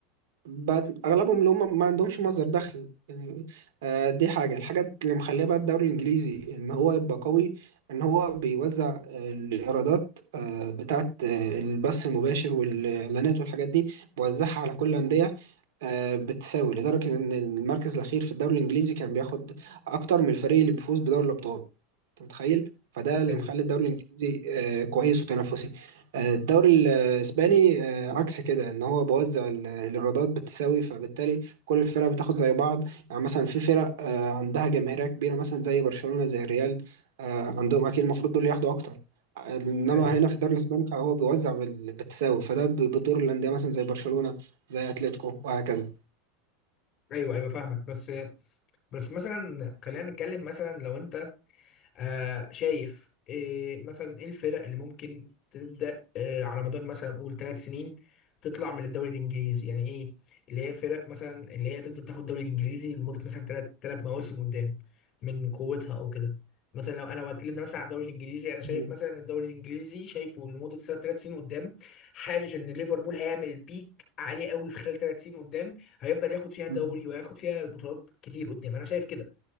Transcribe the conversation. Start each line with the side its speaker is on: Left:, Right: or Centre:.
Right: بقت اغلبهم اللي هم ما عندهمش مصدر دخل يعني آه، دي حاجه الحاجه اللي مخليه بقى الدوري الانجليزي ان هو يبقى قوي ان هو بيوزع آه، الايرادات آه، بتاعه آه، البث المباشر والاعلانات والحاجات دي بيوزعها على كل الانديه آه، بتساوي لدرجه ان المركز الاخير في الدوري الانجليزي كان بياخد اكتر من الفريق اللي بيفوز بدوري الابطال انت متخيل فده اللي
Left: ايوه
Right: مخلي الدوري الانجليزي آه، كويس وتنافسي آه، الدوري الاسباني آه، عكس كده ان هو بوزع ال- الايرادات بالتساوي فبالتالي كل الفرق بتاخد زي بعض يعني مثلا في فرق آه، عندها جماهيريه كبيره مثلا زي برشلونه زي الريال آه، عندهم اكيد المفروض دول ياخدوا اكتر آه، انما
Left: ايوه
Right: هنا في الدوري الاسباني فهو بيوزع بال- بالتساوي فده ب- بيضر الانديه مثلا زي برشلونه زي اتلتيكو وهكذا
Left: ايوه ايوه فاهمك بس بس مثلا خلينا نتكلم مثلا لو انت آه شايف إيه مثلا ايه الفرق اللي ممكن تبدأ آه على مدار مثلا نقول ثلاث سنين تطلع من الدوري الانجليزي يعني ايه اللي هي فرق مثلا اللي هي تفضل تاخد الدوري الانجليزي لمدة مثلا ثلاث ثلاث مواسم قدام من قوتها او كده مثلا لو انا اتكلمنا مثلا على الدوري الانجليزي انا شايف
Right: <laughs>
Left: مثلا الدوري الانجليزي شايفه لمدة ثلاث سنين قدام حاسس ان ليفربول هيعمل بيك عالي قوي في خلال ثلاث سنين قدام هيفضل ياخد فيها دوري
Right: مم.
Left: وياخد فيها بطولات كتير قدام انا شايف كده